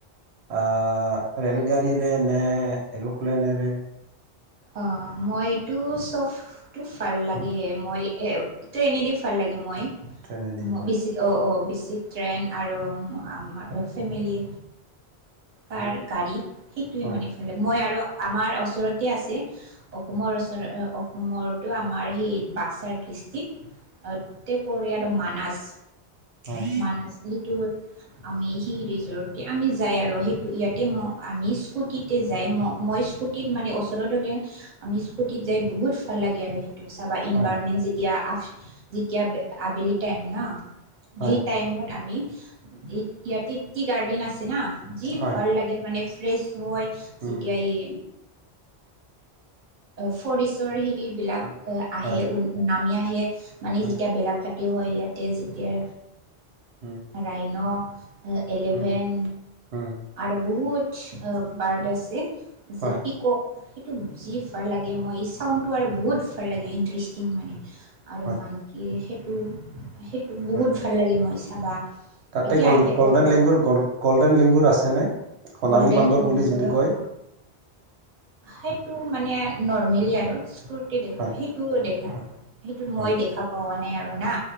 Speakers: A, on the right (about 80°); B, on the right (about 40°).
A: আ ৰেলগাড়ীৰে নে এৰোপ্লেনৰে
B: অ মইটো চবটো ভাল লাগে মই এ ট্ৰেইনেদি ভাল লাগে। মই
A: ট্ৰেইনেদি হয়,
B: বেছিত অ অ বেছি ট্ৰেন আৰু আমাৰ ফেমিলি কাৰ
A: উম,
B: গাড়ীত সেইটোৱে
A: হয়,
B: মানে ভাল মই আৰু আমাৰ ওচৰতে আছে। অসমৰ ওচৰত অসমটো আমাৰ সেই বাক্সাৰ ডিষ্ট্ৰিক। আৰু গোটেই পৰিয়াল আৰু মানাছ
A: হয়,
B: মানাছ এইটোত আমি সেই ৰিজৰ্ট আমি যাই আৰু সেইটো ইয়াতে ম আমি স্কুটিতে যাই। মই ম স্কুটিত মানে ওচৰৰ দৰে আমি স্কুটিত যাই বহুত ভাল লাগে আৰু সেইটো চাবা। ইনভাৰমেন
A: হয়,
B: যেতিয়া আ যেতিয়া আ আবেলি টাইম না?
A: হয়,
B: সেই টাইমত আমি ই ইয়াতে টি গাৰ্ডেন আছে না, যি
A: হয়,
B: ভাল লাগে মানে ফ্ৰেচ হয়।
A: উম,
B: যেতিয়া এই ফৰেষ্টৰ হেৰি বিলাক
A: উম,
B: আহে
A: হয়,
B: নামি আহে। মানে
A: হয়,
B: যেতিয়া বেলা ভাত হয় ইয়াতে যেতিয়া
A: উম,
B: ৰাইন এলিভেন
A: উম, উম,
B: আৰু বহুত বাৰ্ড আছে। যে
A: হয়,
B: পিকক সেইটো যি ভাল লাগে
A: উম,
B: মই চাউন্দ টো আৰু বহুত ভাল লাগে ইন্টাৰেষ্টিং মানে আৰু
A: হয়,
B: মাঙকি সেইটো সেইটো বহুত
A: হয়,
B: ভাল লাগে মই চাবা।
A: তাতে
B: এতিয়া
A: গল
B: আহে
A: গল্ডেন
B: অ অ
A: লিংগুৰ গল গল্ডেন লিংগুৰ আছেনে? সোণালী
B: গল্ডেন
A: বান্দৰ
B: ল
A: বুলি যিটো
B: বয়স
A: কয়,
B: সেইটো মানে নৰ্মেলি আৰু স্কুৰ্তি দেখুৱায়
A: হয়,
B: সেইটোও দেখাই।
A: হয়,
B: সেইটো
A: হয়,
B: মই দেখা পোৱা নাই আৰু না